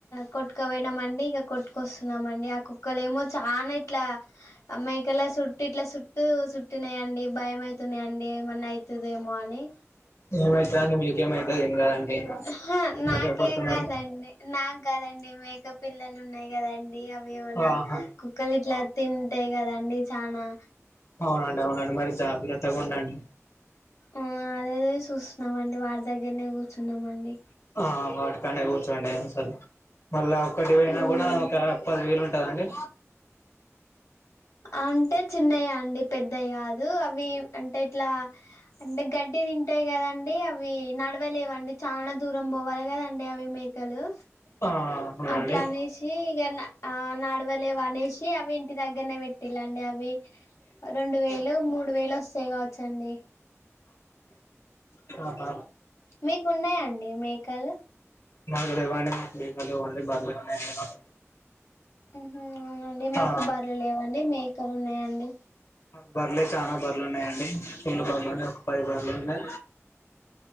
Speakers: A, on the left (about 85°); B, on the left (about 65°).
A: కొట్టుక పోయినామండి ఇక కొట్టుకొస్తున్నామండి ఆ కుక్కలేమో చానా ఇట్లా అ మేకల సుట్టు ఇట్లా సుట్టూ సుట్టినయండి భయమయితున్నయండి ఏమన్న ఐతదేమో అని
B: ఏమైతదండి మీకేమైతది ఏం కాదండి
A: ఆహ
B: ఎందుకు
A: నాకేం
B: భయపడుతున్నారు
A: కాదండి నాక్ కాదండి మేక పిల్లున్నాయి కదండి డి అవేవన్నా
B: ఆహా
A: కుక్కలిట్లా తింటైగదండి చానా
B: ఔనండి ఔనండి మరి జాగ్రత్తగుండండి
A: ఉ అదేదే చూస్తున్నామండి వాడి దగ్గర్నె కూర్చున్నామండి
B: ఆ వాటిపైన్నే కూర్చోండి అసలు మళ్ళా ఒక్కటివొయినా
A: మ్మ్
B: కూడా ఒక పది వేలు ఉంటదండి
A: అంటే చిన్నయాండి పెద్దయి కాదు అవి అంటే ఇట్లా అంటే గడ్డి తింటై కదండి అవి నడ్వలేవండి చానా దూరం బోవాలెగదండి అవి మి ఇకలూ
B: ఆ అవునండి
A: అట్లానేసి ఇగ ఆ నడ్వలేవనేసి అవి ఇ టి దగ్గర్నె పెట్టిల్లండి అవి రెండు వేలో మూడు వేలొస్తాయి కావచ్చండి
B: ఆహా
A: మీకున్నాయాండి మేకలు
B: మాకులేవ్వండి మాకు గేదెలు ఓన్లీ బర్లే ఉన్నాయండి మాకు
A: ఉహు ఔనండి మాకు
B: ఆ
A: బర్లు లేవండి మేకలున్నాయండి
B: మాకూ బర్లే చానా బర్లుంన్నాయండి ఫుల్లు బర్లున్నాయి పది బర్లున్నై